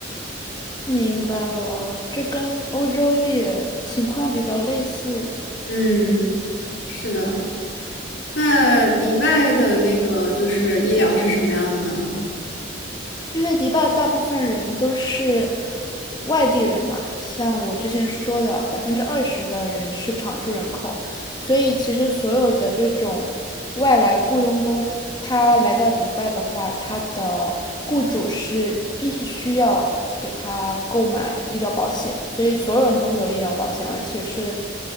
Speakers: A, on the left; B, on the left.
A: 明白了，这跟欧洲也情况比较类似。
B: 嗯，是的。那迪拜的那个就是医疗是什么样的呢？
A: 因为迪拜大部分人都是外地人嘛，像我之前说的，百分之二十的人是常住人口，所以其实所有的这种外来雇佣工，他来到迪拜的话，他的雇主是必须要给他购买医疗保险，所以所有人都会有医疗保险，而且是